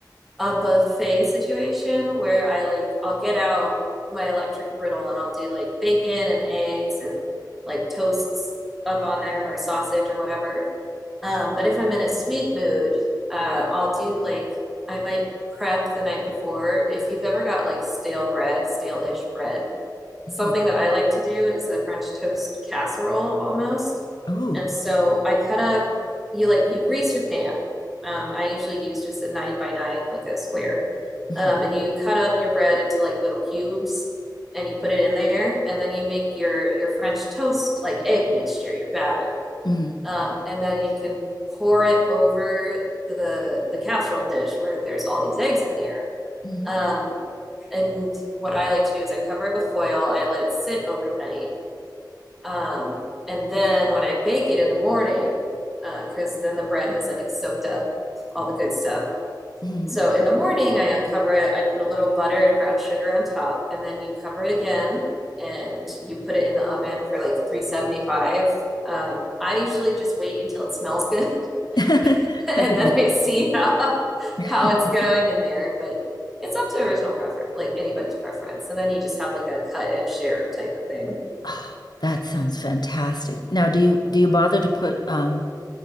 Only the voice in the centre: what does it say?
a buffet situation where I like I'll get out my electric griddle and I'll do like bacon and eggs and like toasts up on there or sausage or whatever. Um, but if I'm in a sweet mood, uh, I'll do like I might prep the night before. If you've ever got like stale bread, stale-ish bread.
something that I like to do is a French toast casserole almost.
And so I cut up, you like, you grease your pan. Um, I usually use just a nine by nine, like a square.
Um, and you cut up your bread into like little cubes and you put it in there. And then you make your, your French toast, like egg mixture, your batter.
Um, and then you can pour it over the, the casserole dish where there's all these eggs in there
Um, and what I like to do is I cover it with foil. I let it sit overnight, um, and then when I bake it in the morning, because then the bread has like soaked up all the good stuff.
So in the morning, I uncover it. I put a little butter and brown sugar on top, and then you cover it again, and you put it in the oven for like 375. Um, I usually just wait until it smells good
<laughs>
and
then I see how
how it's going in there. But it's up to original preference, like anybody's preference. And then you just have like a cut and share type of thing.